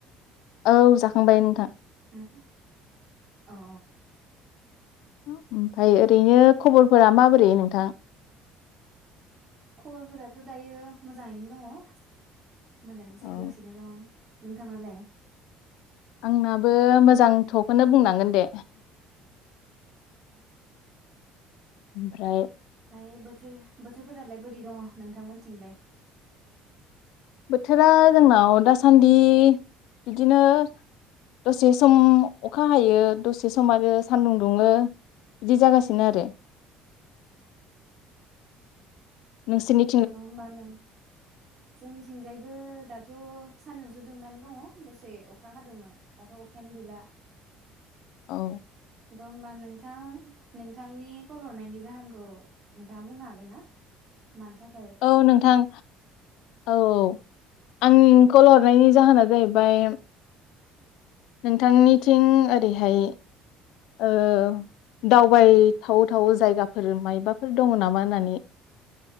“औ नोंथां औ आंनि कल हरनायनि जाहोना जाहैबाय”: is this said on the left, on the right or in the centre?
Left